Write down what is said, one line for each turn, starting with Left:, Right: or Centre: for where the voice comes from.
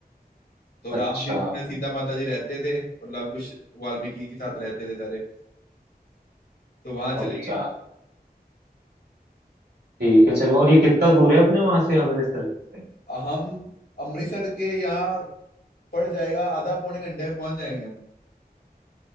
Left: तो
Right: अच्छा
Left: राम तीर्थ में सीता माता जी रहते थे और लव कुश वाल्मीकि के साथ रहते थे सारे तो वहां
Right: समझा
Left: चलेंगे
Right: ठीक है चलो और ये कितना दूर है अपने वहां से अमृतसर से
Left: हम अमृतसर के यहाँ पड़ जाएगा आधा पौने घंटे में पहुंच जाएंगे हम